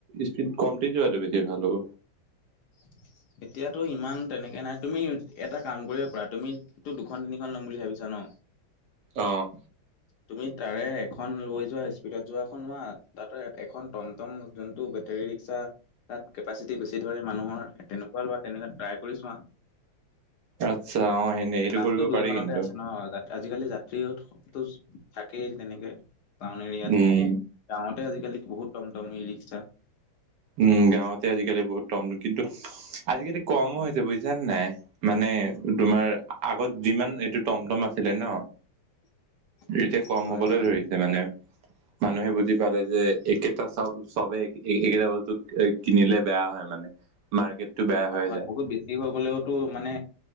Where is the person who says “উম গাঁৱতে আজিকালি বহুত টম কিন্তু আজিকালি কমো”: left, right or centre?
Right